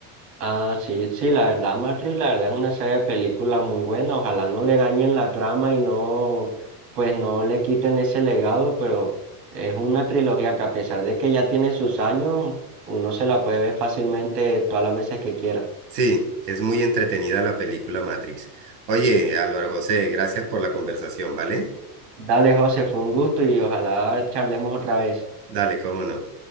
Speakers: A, on the right; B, on the right.
A: Ah, sí, sí, la verdad, Matrix, la verdad es una saga de películas muy buena. Ojalá no le dañen la trama y no, pues no le quiten ese legado, pero es una trilogía que a pesar de que ya tiene sus años, uno se la puede ver fácilmente todas las veces que quiera.
B: Sí, es muy entretenida la película Matrix. Oye, Álvaro José, gracias por la conversación, ¿vale?
A: Dale, José, fue un gusto y ojalá charlemos otra vez.
B: Dale, cómo no.